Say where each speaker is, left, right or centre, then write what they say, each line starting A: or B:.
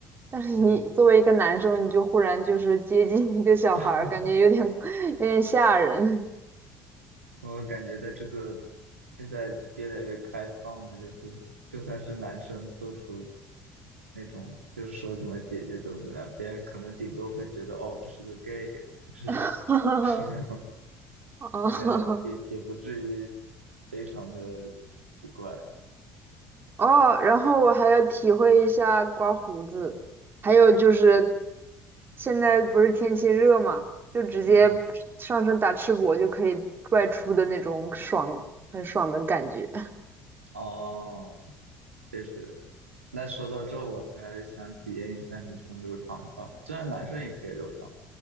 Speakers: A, on the right (about 30°); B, on the right (about 80°).
A: 但是你作为一个男生，
B: 嗯，
A: 你就忽然就是接近一个小孩儿，
B: <laughs>
A: 感觉有点 <laughs> 有点吓人。
B: 我感觉在这个现在越来越开放了，就是就算是男生做出那种就是说怎么姐姐怎么怎么样，别人可能顶多会觉得哦这是个 gay，<laughs> 这是
A: <laughs>
B: 什么，
A: 啊
B: 应该也也不至于非常的奇怪。
A: 哦，然后我还要体会一下刮胡子，还有就是现在不是天气热嘛，就直接上身打赤膊就可以外出的那种爽，
B: 嗯，
A: 很爽的感觉。<laughs>
B: 哦，确实。那说到这，我还想体验一下女生留长发。虽然男生也可以留长